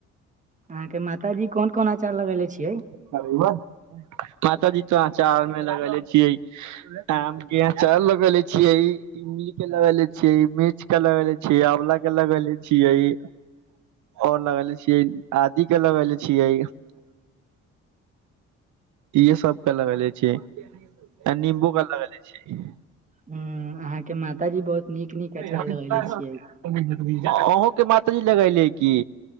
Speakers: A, on the right; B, on the right.
A: अहाँ केँ माताजी कोन कोन अचार लगेेले छियै
B: <unintelligible> मात जी तो अचार मे लगेले छियै आम इ अचार लगेले छीये इमली केँ लगेेले छीये मिर्च केँ लगेेले छीये आंवला केँ लगे लगेके छियै ओर लगेले छियै आदि कऽ लगेले छियै इहे सब केँ लगेले छियै <inaudible> नंबू कऽ लगेले छियै
A: हू अहाँ केँ माताजी बहुत नीक नीक
B: <unintelligible>
A: अचार लगेले छियै
B: अहूँ केँ माती जी लगले यऽ की